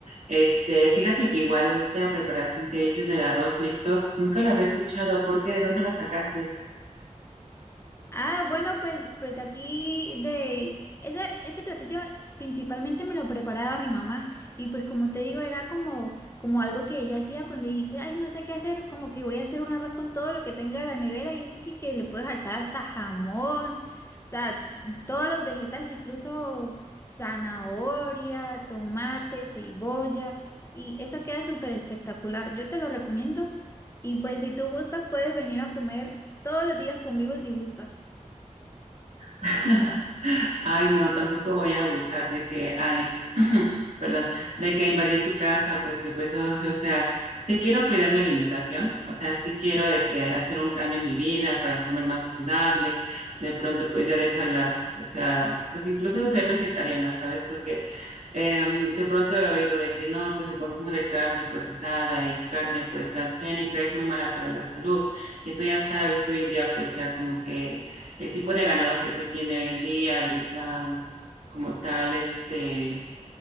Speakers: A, on the right (about 65°); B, on the left (about 20°).
A: Este, fíjate que igual esta preparación que dices del arroz mixto, nunca la había escuchado. ¿Por qué? ¿De dónde la sacaste?
B: Ah, bueno, pues, pues de aquí de ese, ese platillo principalmente me lo preparaba mi mamá y pues como te digo era como, como algo que ella hacía cuando dice, ay, no sé qué hacer, como que voy a hacer un arroz con todo lo que tenga en la nevera y es que, que le puedes echar hasta jamón, o sea, todos los vegetales, incluso zanahoria, tomate, cebolla y eso queda súper espectacular. Yo te lo recomiendo y pues si tú gustas puedes venir a comer todos los días conmigo si gustas.
A: <laughs> Ay, no, tampoco voy a abusar de que hay, <clears throat> perdón, de que invadir tu casa, porque pues, o, o sea, sí quiero cuidar mi alimentación, o sea, sí quiero de que hacer un cambio en mi vida para comer más saludable, de pronto pues ya dejarlas, o sea, pues incluso ser vegetariana, ¿sabes? Porque eh, de pronto he oído de que no, pues el consumo de carne procesada y carne pues transgénica es muy mala para la salud. Y tú ya sabes que hoy en día pues ya como que el tipo de ganado que se tiene hoy en día, la, como tal, este,